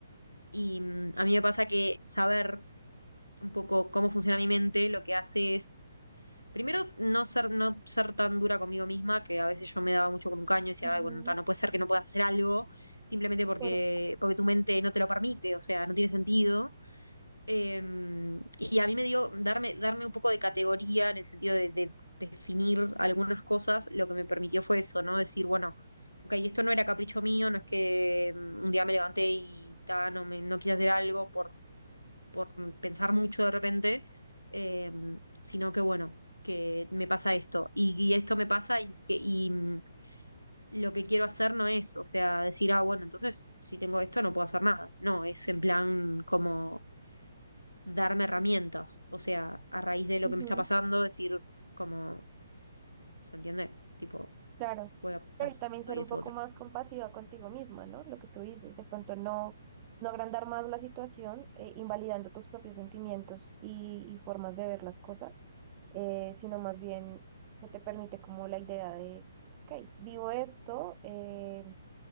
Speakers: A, on the left (about 85°); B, on the right (about 25°).
A: y mm, a mí me pasa que saber un poco cómo funciona mi mente, lo que hace es Primero, no ser, no ser tan dura conmigo misma, que a veces yo me daba mucho con un caño y decía,
B: ujú,
A: "Ay, bueno, ta, no puede ser que no puedas hacer algo simplemente porque,
B: por esto.
A: porque tu mente no te lo permite, o sea, no tiene sentido. Eh, y a mí me dio darme, darme un poco de categoría en el sentido de, de definir algunas cosas, lo que me permitió fue eso, ¿no? Decir, bueno, ok, esto no era capricho mío, no es que mm, un día me levanté y ta, no, me, no quise hacer algo por por pensar mucho de repente, eh, sino que bueno, que me pasa esto y, y esto me pasa y, que- y mm, lo que quiero hacer no es, o sea, decir, ah, bueno, entonces si tengo esto no puedo hacer nada. No, es en plan como darme herramientas, o sea, a raíz de lo
B: ujú,
A: que me está pasando, decir como, ¿se entiende? Tipo,
B: claro.
A: voy a pasar
B: Pero y también
A: esto
B: ser
A: y
B: un
A: esto
B: poco
A: otro.
B: más compasiva contigo misma, ¿no? Lo que tú dices, de pronto no, no agrandar más la situación, eh, invalidando tus propios sentimientos y, y formas de ver las cosas, eh, sino más bien que te permite como la idea de, ok, vivo esto, eh,